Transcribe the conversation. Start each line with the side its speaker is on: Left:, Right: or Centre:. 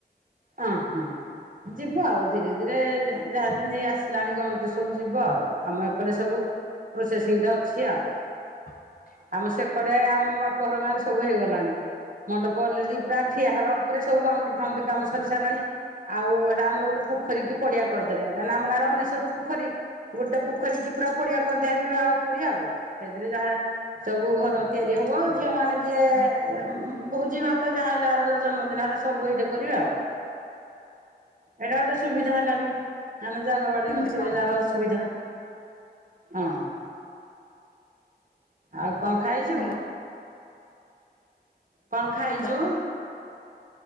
Right: ଉଁ ହୁଁ। ଯିବ ଆଉ ଧୀରେ ଧୀରେ ଯା ଯାହା ଯେମିତି ଏଇ ଆସିଲାଣି ଗର୍ମେଣ୍ଟରେ ସବୁ ଯିବ ଆଉ ଆମ ଏ କରେ ସବୁ ପ୍ରୋସେସିଙ୍ଗରେ ଅଛି ଆଉ।
Left: <inaudible>
Right: ଆମେ ସେ କଡେ ଆମ ବା ପ ଘର ଗାଁରେ ସବୁ ହେଇଗଲାଣି ମଣ୍ଡପ ଅଲରେଡି ପୁରା ଠିଆ ହବା ଉପରେ ସବୁ ବାଉଁଣ୍ଡୁରି ଫାଉଁଣ୍ଡୁରି କାମ ସରି ସାରିଲାଣି ଆଉ ହେରା ଆମର ଗୋଟେ ପୋଖରୀ କି ପଡିଆ କରିଦେଲେ କାହିଁକି ଆମ ଗାଁର ଅନେଶୋତ ପୋଖରୀ। ଗୋଟେ ପୋଖରୀ କି ପୁରା ପଡିଆ କରିଦିଆ <unintelligible> ପଡିଆ ଆଉ। ସେଇଥିରେ ଯାହା ସବୁ ଘର ତିଆରି ହବ। ଝିଅ ମାନେ ଯିଏ ଭୋଜି ଭାତ ଯାହା ଯାହାର ଜନ୍ମଦିନ ହେଲା ସବୁ ସେଇଟି କରିବେ ଆଉ। ଏଟା ଗୋଟେ ସୁବିଧା ହେଲା ବି। ମାନେ ଜାଗା ବାଡି
Left: ଏମିତି
Right: ନଥିବ
Left: ବାହା
Right: ଯାହାର ଅସୁବିଧା। ହଁ, ଆଉ କଣ ଖାଇଛୁ?
Left: ହ୍ୟାଲୋ
Right: କଣ ଖାଇଛୁ?
Left: ହ୍ୟାଲୋ।